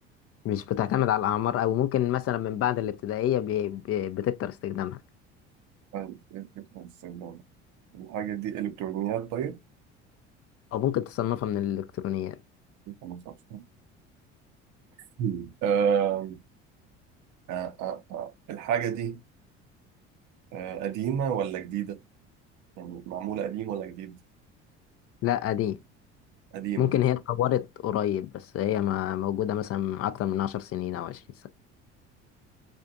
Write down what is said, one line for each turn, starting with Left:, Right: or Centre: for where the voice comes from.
Left: مش بتعتمد على الأعمار أو ممكن مثلا من بعد الابتدائية بي- بي- بتكتر استخدامها
Right: آه، إيه الفكرة في السيارة؟ الحاجة دي إلكترونيات طيب؟
Left: أو ممكن تصنفها من الإلكترونيات
Right: <laughs> أنت ما تعرفش. مم. آه، آه، آه، آه. الحاجة دي آه، قديمة ولا جديدة؟ يعني معمولة قديم ولا جديد؟
Left: لا قديم
Right: قديمة
Left: ممكن هي اتطورت قريب بس هي ما موجودة مثلا من أكتر من عشر سنين أو عشرين سنة